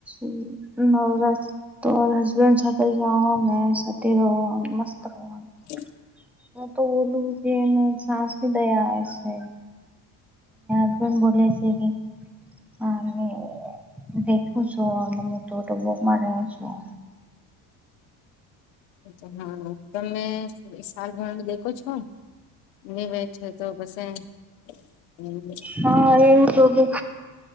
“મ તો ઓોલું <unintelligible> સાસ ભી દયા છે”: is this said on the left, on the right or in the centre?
Centre